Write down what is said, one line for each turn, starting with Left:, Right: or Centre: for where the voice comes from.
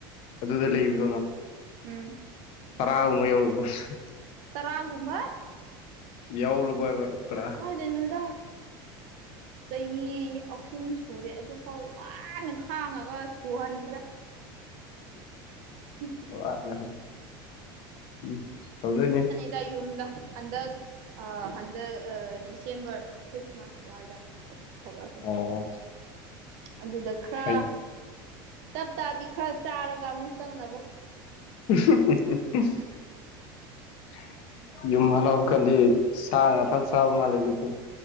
Left: ꯑꯗꯨꯗ ꯂꯩꯕꯗꯣꯉꯣ
Right: ꯎꯝ
Left: ꯇꯔꯥꯒꯨꯝꯕ ꯌꯧꯔꯕꯣ <unintelligible>
Right: ꯇꯔꯥꯒꯨꯝꯕ
Left: ꯌꯧꯔꯕꯣꯍꯕ ꯇꯔꯥ
Right: ꯗꯩꯅꯣꯗ ꯆꯍꯤ ꯑꯍꯨꯝ ꯁꯨꯔꯦ ꯑꯗꯨꯐꯥꯎ ꯋꯥꯅ ꯈꯥꯡꯉꯒ ꯁꯨꯍꯟꯈ꯭ꯔꯦ ꯍꯝ ꯍꯝ
Left: <unintelligible> ꯎꯝ ꯇꯧꯗꯣꯏꯅꯦ
Right: ꯗ ꯌꯨꯝꯗ ꯍꯟꯗꯛ ꯑꯥ ꯍꯟ ꯗ ꯑꯥ ꯗꯤꯁꯦꯝꯕꯔ ꯈ꯭ꯔꯤꯁꯃꯥꯁ ꯁ꯭ꯋꯥꯏꯗ ꯊꯣꯛ ꯊꯣꯛꯂꯛ
Left: ꯑꯣ
Right: ꯑꯗꯨꯗ ꯈ꯭ꯔ
Left: ꯐꯩꯅꯦ
Right: ꯇꯞ ꯇꯥꯕꯤ ꯈ꯭ꯔ ꯆꯥꯔꯒ ꯑꯃꯨꯛ ꯆꯪꯅꯕ
Left: <unintelligible> ꯌꯨꯝ ꯍꯜꯂꯥꯎ ꯀꯥꯟꯗꯤ ꯁꯥ ꯉꯥꯛꯇꯪ ꯆꯥꯕ ꯃꯥꯜꯂꯦ ꯑꯗꯨꯗꯤ